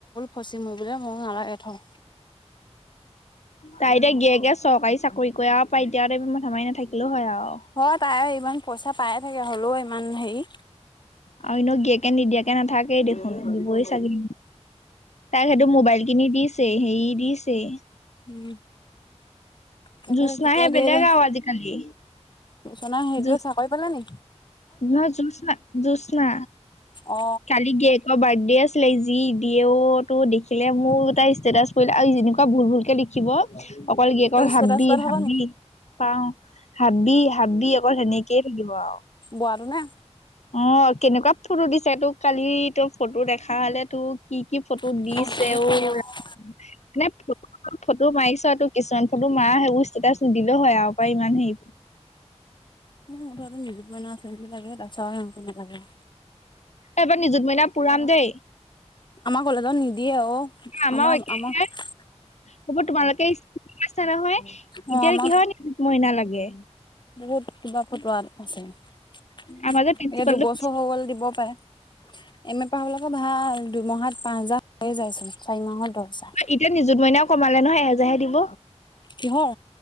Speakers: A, on the left (about 40°); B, on the left (about 75°).
A: ফচি মৰিবলে মই নালাগে থ
B: তাই এতিয়া গিয়েকে চৰকাৰী চাকৰি কৰে পাই এতিয়া তই ইমান মাৰি নাথাকিলেও হয় আও
A: হয় তাই ইমান পইচা পায়ে থাকে হলেও ইমান হেৰি
B: আও এনেও দিয়াকে নিদিয়াকে নাথাকেই দেখোন দিবই চাগিন তাক সেইটো মোবাইল কিনি দিছে হেৰি দিছেই
A: উম তাকে
B: জুজনাহে
A: কেতিয়া দিয়ে
B: বেলেগ
A: জানো
B: আও আজিকালি
A: জোচনা সেইটোৱে
B: জোৎস
A: চাকৰি পালে নে
B: নহয় জুচনা জুচনা
A: অ
B: কালি গেট ত বাৰ্থডে আছিলে যি দিয়েও তো দেখিলে মোৰ এটা ষ্টেটাচ পৰিলে আৰু যেনেকুৱা ভুল ভুলকে লিখিব অকল গিৰিয়েকৰ
A: তই ষ্টেটাছ
B: হাবি
A: পাই থাক
B: হাবি
A: নি
B: পাও হাবি হাবি অকল সেনেকেই থাকিব আও
A: বোৱা নে?
B: অ কেনেকুৱা ফটো দিছে তোক কালি তোক ফটো দেখা হলে তো কি কি ফটো
A: মুঠতে
B: দিছে ঔ ৰা নে ফৌট- ফটো মাৰিছ তো কিছুমান ফটো মাৰা সেইবোৰ ষ্টেটাচটো দিলে হয় আৰু পৰা ইমান সেই
A: মোৰ মুঠতে নিজুত মইনা আচনিটো লাগে তাছত একো নালাগে।
B: এবাৰ নিজুত মিনা পুৰাম দেই।
A: আমাৰ কলেজত নিদিয়ে অ
B: আমাৰো
A: আমাও
B: একেহে
A: আমাও
B: হব তোমালোকো স্কুটি পাইছা নহয়
A: অ
B: এতিয়া
A: আমাৰ
B: কিহৰ নিজুত মইনা লাগে।
A: বহুত কিবা ফটোৱাত আছে। এতিয়া
B: আমাৰ যে প্ৰিন্সিপালটো
A: দুবছৰ হৈ গ'ল দিব পায় এম এ পঢ়াবলেক ভাল। দুমাহত পাঁচ হাজাৰ হৈ যায়চোন চাৰি মাহৰ দছ হজাৰ।
B: এতিয়া নিজুত মইনাও কমালে নহয় এহেজাৰহে দিব।
A: কিহৰ?